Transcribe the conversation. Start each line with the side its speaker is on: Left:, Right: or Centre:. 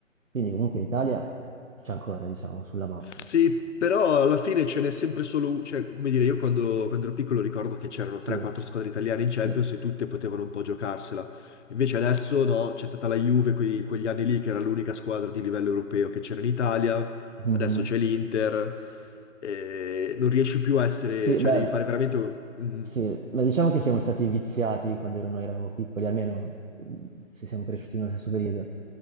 Right: quindi comunque l'Italia c'è ancora, diciamo, sulla mappa.
Left: Sì, però alla fine ce n'è sempre solo uno, cioè, come dire, io quando, quando ero piccolo ricordo che c'erano
Right: Sì,
Left: 3-4 squadre italiane in Champions
Right: sì.
Left: e tutte potevano un po' giocarsela. Invece adesso no, c'è stata la Juve quei- quegli anni lì che era l'unica squadra di livello europeo che c'era in Italia,
Right: Mhm.
Left: adesso c'è l'Inter, e non riesci più a essere,
Right: Sì,
Left: cioè
Right: beh,
Left: devi fare veramente... mm,
Right: sì, ma diciamo che siamo stati viziati quando ero- noi eravamo piccoli, almeno mm, se siamo cresciuti nello stesso periodo,